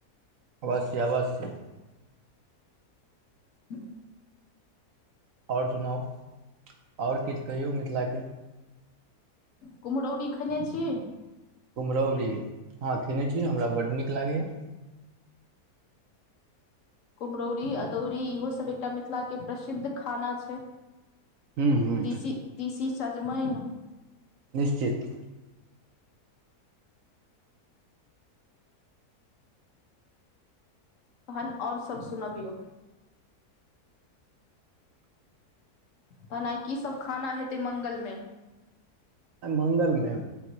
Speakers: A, on the right (about 65°); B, on the left (about 60°).
A: अवश्य अवश्य
B: ह्म
A: आओर सुनाउ आओर किछु कहियौ मिथिलाके
B: कुम्हरौरी खेने छी
A: कुम्हरौरी हँ खेने छी हमरा बड्ड नीक लागैए
B: <inaudible> कुम्हरौरी अदौरी इहोसभ एकटा मिथिलाके प्रसिद्ध खाना छै
A: हूँ हूँ
B: तिसी तिसी सजमनि
A: निश्चित
B: तहन आओर सभ सुनबियौ तेना कीसभ खाना हेतै मङ्ंगलमे
A: आइ मंगल मे